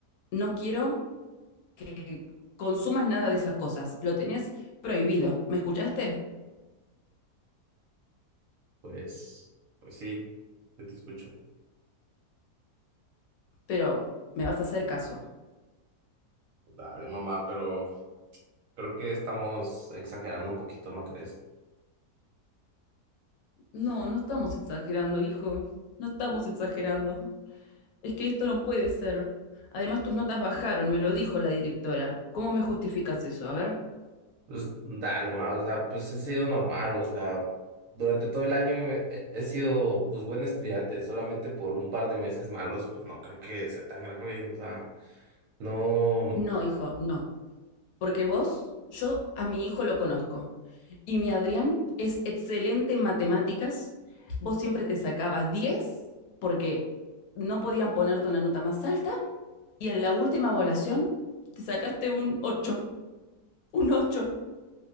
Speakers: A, on the left; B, on the right.
A: no quiero que consumas nada de esas cosas. Lo tenés prohibido. ¿Me escuchaste?
B: Pues, pues sí, yo te escucho.
A: Pero me vas a hacer caso.
B: Dale, mamá, pero creo que estamos exagerando un poquito, ¿no crees?
A: No, no estamos exagerando, hijo. No estamos exagerando. Es que esto no puede ser. Además, tus notas bajaron, me lo dijo la directora. ¿Cómo me justificas eso? A ver.
B: Pues dale, mamá, o sea, pues he sido normal, o sea, durante todo el año he, he sido pues buen estudiante, solamente por un par de meses malos, pues no creo que sea tan grave, o sea, no,
A: No, hijo, no. Porque vos, yo a mi hijo lo conozco. Y mi Adrián es excelente en matemáticas. Vos siempre te sacabas 10 porque no podían ponerte una nota más alta. Y en la última evaluación te sacaste un 8, Un 8.